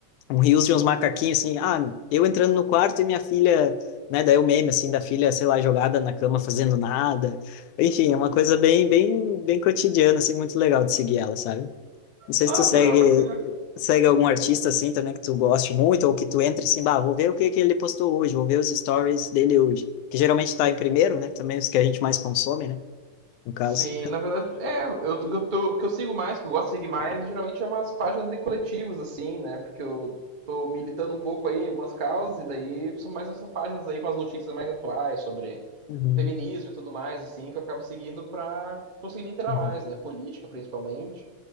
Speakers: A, on the left; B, on the right.
A: um rios de uns macaquinhos, assim, ah, eu entrando no quarto e minha filha, né, daí o meme, assim, da filha, sei lá, jogada na cama fazendo nada, enfim, é uma coisa bem, bem, bem cotidiana, assim, muito legal de seguir ela, sabe? Não sei
B: Nossa,
A: se tu segue,
B: é uma coisa.
A: segue algum artista, assim, também que tu goste muito, ou que tu entra assim, bah, vou ver o que que ele postou hoje, vou ver os stories dele hoje, que geralmente tá em primeiro, né, também os que a gente mais consome, né, no caso.
B: Sim, na verdade, é, eu, eu tô- o que eu sigo mais, que eu gosto de seguir mais, geralmente é umas páginas de coletivos, assim, né? Porque eu tô militando um pouco aí em algumas causas, e daí são mais essas páginas aí com as notícias mais atuais sobre
A: Uhum,
B: feminismo e tudo mais, assim, que eu acabo seguindo pra conseguir me inteirar
A: uhum.
B: mais, né? Política, principalmente.